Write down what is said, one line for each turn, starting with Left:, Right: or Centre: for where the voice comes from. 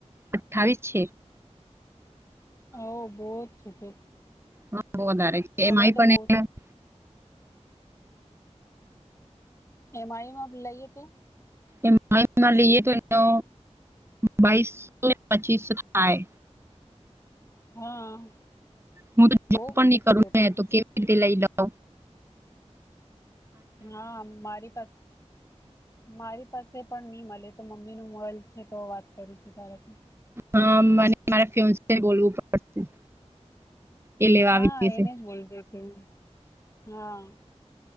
Right: અઠ્ઠાવીસ છે.
Left: હ બહુત છ તો.
Right: હા, બહ વધારે છે,
Left: હમણાં
Right: એમાંય પણ-
Left: તો બહુ
Right: -
Left: એમ આઈમાં લઈએ તો- -
Right: એમાઈ નો લઈએ તો એનો બાવીસથી પચીસ થાય.
Left: હા.
Right: હું તો જો
Left: બહુ
Right: પણ
Left: બધું
Right: નહી કરું,
Left: છે
Right: મે
Left: પણ
Right: તો કેવી રીતે લઈ લઉ.
Left: હા, મારી પાસે- - મારી પાસે પણ નહી મળે તો મમ્મી નું મોબાઈલ છે, તો વાત કરું છું.
Right: હા, મને મારા ફિયોનસે બોલવું પડશે. એ લેવા
Left: હા,
Right: આવી જશે
Left: એને કેજે કે, હા.